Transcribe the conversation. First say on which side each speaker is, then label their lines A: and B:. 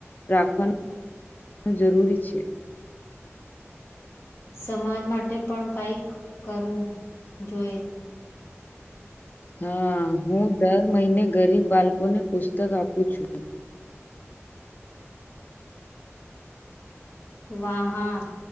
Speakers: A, on the left; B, on the left.
A: રાખવાનું જરૂરી છે.
B: સમાજ માટે પણ કઈક કરવું જોઈએ.
A: હા હું દર મહિને ગરીબ બાળકોને પુસ્તક આપું છું.
B: વાહા